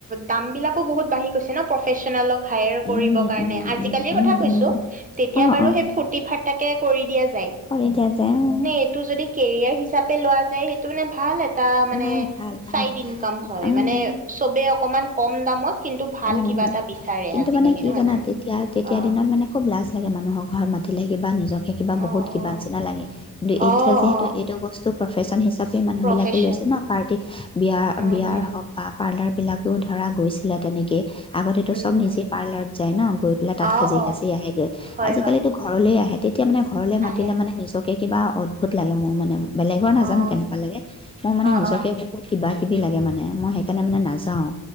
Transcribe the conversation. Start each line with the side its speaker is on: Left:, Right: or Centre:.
Right: দাম বিলাকো বহুত বাঢ়ি গৈছে ন প্ৰফেচনেলক হায়াৰ
Left: উম,
Right: কৰিব কাৰণে,
Left: উম,
Right: আজিকালিৰ
Left: উম, উম,
Right: কথা কৈছোঁ,
Left: উম,
Right: তেতিয়া
Left: অ',
Right: বাৰু
Left: অ',
Right: সেই ফুৰ্তি ফাৰ্ত তাকে কৰি দিয়ে যে
Left: কৰি দিয়া যায় অ'।
Right: এইটো যদি কেৰিয়াৰ হিচাপে লোৱা যায়, সেইটো মানে ভাল এট টা মানে,
Left: ভাল, ভাল, ভাল,
Right: চাইড ইনকাম হয়,
Left: উম,
Right: মান চবে অকমান কম দামত কিন্তু ভাল
Left: উ
Right: কিবা এটা বিচাৰে
Left: কিন্তু
Right: আজিকালি
Left: মানে কি
Right: নহয়
Left: জানা
Right: জানো
Left: তেতিয়া-তেতিয়া
Right: অ
Left: দিনত মানে খুব লাজ লাগে মানুহৰ ঘৰত মাতিলে কিবা নি নিজেকহে কিবা
Right: অ
Left: বহুত কিবা
Right: অ
Left: নিচিনা লাগে, কিন্তু এতিয়া
Right: অ অ
Left: যিহেতু
Right: অ
Left: এইটো বস্তু প্ৰফেশ্যন হিচাপ মানুহ
Right: প্ৰফেচন
Left: বিলাকে লৈছে ন পাৰ্টি বিয়া-বিয়াৰ
Right: উম উম
Left: হওঁক বা পাৰ্লাৰ বিলাক <unintelligible> ধৰা গৈছিলা তেনেকে <unintelligible> আগতেটো
Right: উম
Left: চব নিজেই পাৰ্লাৰত যায় ন? গৈ পেলাই তাত
Right: অ
Left: সাজি-কাচি
Right: অ
Left: আহেগে,
Right: হয়
Left: আজিকালিতো
Right: হয়
Left: ঘৰলে আহে, তেতিয়া মানে ঘৰলে মাতিলে
Right: আহে
Left: মানে নিজক তাকে কিবা অদ্ভুত লাগে মোৰ মানে। বেলেগৰ নাজানো
Right: অ
Left: কেনেকুৱা লাগে, মই মানে
Right: অ
Left: নিজকে
Right: অ
Left: বহুত কিবা কিবি লাগে মানে, মই সেইকাৰণে মানে নাযাওঁ।